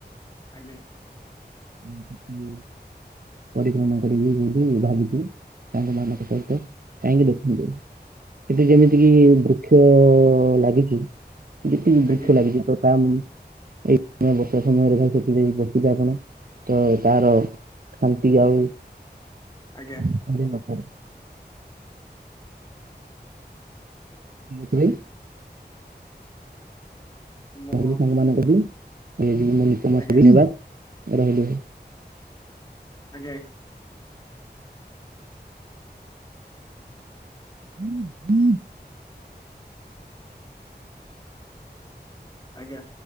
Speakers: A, on the left; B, on the right.
A: ଆଜ୍ଞା,
B: <inaudible> ପରିକ୍ରମା କରିବି ବୋଲି ଭାବିଛି ସାଙ୍ଗ ମାନଙ୍କ ସହିତ। କାହିଁକି ଦେଖନ୍ତୁ ସେଠି ଯେମିତି କିି ବୃକ୍ଷ-ଅ-ଅ-ଅ ଲାଗିଚି ଯେତିକି ବୃକ୍ଷ
A: ଆଜ୍ଞା
B: ଲାଗିଛି ତ ତା ମୁଁ ଏଇନା ସମୟରେ ଭାଈ ସେଠି ଯାଇ ବସିିବେ ଆପଣ ତ ତାର ଖାନ୍ତି ଆଉ
A: ଆଜ୍ଞା,
B: ଭୁଲି ନ ସରେ, <unintelligible>
A: ମୋ
B: କାଲି ସାଙ୍ଗ ମାନେ ଦେବି ଏ <inaudible> କାମ
A: ଆଜ୍ଞା
B: ସରିଗଲା ରହିଲି ଭାଈ।
A: ଆଜ୍ଞା ଆ
B: ହୁଁ ହୁଁ
A: ଆଜ୍ଞା,